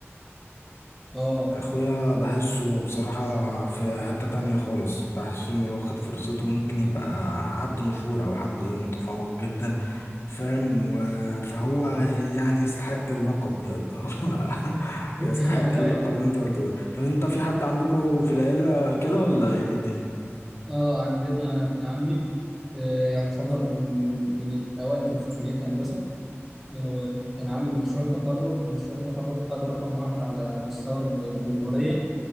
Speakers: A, in the centre; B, on the left.
A: اه
B: اخويا بحسه بصراحة في حتة تانية خالص بحسه انه لو خد فرصته ممكن يبقى حد مشهور او حد متفوق جدا فاهم و- فهو يعني يستحق اللقب ده اللي هو <laughs>
A: <laughs>
B: يستحق اللقب
A: أي.
B: اللي انت قلته ده طب انت في حد عندكم في العيلة كده ولا ايه الدنيا
A: اه عندنا ابن عمي آه يعتبر من من الاوائل كان في كليه هندسه آه كان عامل مشروع تخرج مشروع التخرج خد رقم واحد على مستوى الجمهوريه